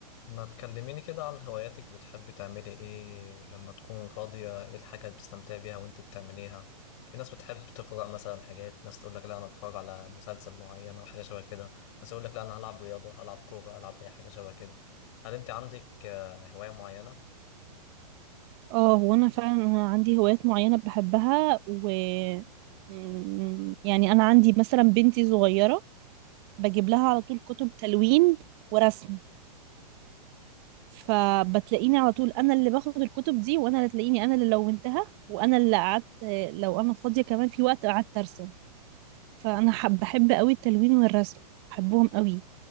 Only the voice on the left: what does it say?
ما تكلميني كده عن هواياتك بتحبي تعملي ايه لما تكون فاضية ايه الحاجة اللي بتستمتعي بيها وانت بتعمليها في ناس بتحب تقرأ مثلا حاجات ناس تقول لك لا انا بتفرج على مسلسل معين او حاجة شبه كده ناس يقول لك لا انا هلعب رياضة هلعب كورة هلعب اي حاجة شبه كده هل انت عندك آه، هواية معينة؟